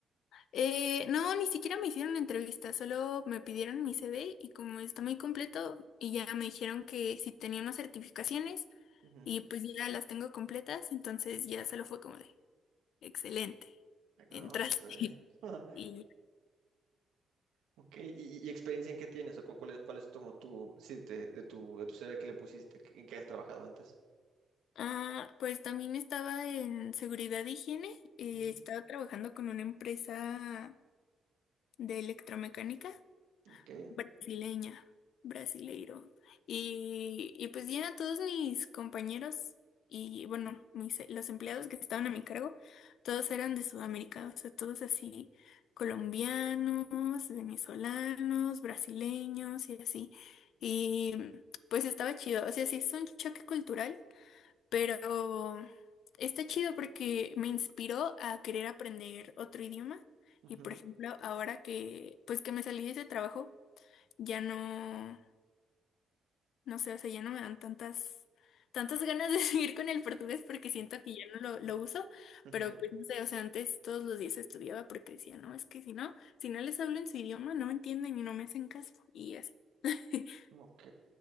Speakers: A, on the left; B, on the right.
A: Eh, no, ni siquiera me hicieron entrevista, solo me pidieron mi CV y como está muy completo y ya me dijeron que si tenía unas certificaciones.
B: Ujú.
A: Y pues ya las tengo completas, entonces ya solo fue como de, excelente,
B: Ah,
A: entraste.
B: súper
A: <laughs>
B: bien. <laughs>
A: Y
B: Ok, ¿y, y- y experiencia en qué tienes? ¿O cu- cuál es, cuál es como tu, sí, de, de tu, de tu CV que le pusiste, que- en qué has trabajado antes?
A: ah, pues también estaba en seguridad e higiene, eh,
B: Ujú.
A: estaba trabajando con una empresa de electromecánica
B: Ok,
A: brasileña, brasileiro. Y, y pues ya todos mis compañeros y bueno, mis, los empleados que estaban a mi cargo, todos eran de Sudamérica, o sea, todos así, colombianos, venezolanos, brasileños y así. Y pues estaba chido, o sea, sí es un choque cultural, pero está chido porque me inspiró a querer aprender otro idioma.
B: ujú,
A: Y por ejemplo, ahora que pues que me salí de ese trabajo, ya no, no sé, o sea, ya no me dan tantas, tantas ganas de <laughs> seguir con el portugués porque siento que ya no lo, lo uso,
B: ujú,
A: pero pues no sé, o sea, antes todos los días estudiaba porque decía, no, es que si no, si no les hablo en su idioma, no me entienden y no me hacen caso, y así. <laughs>
B: ok.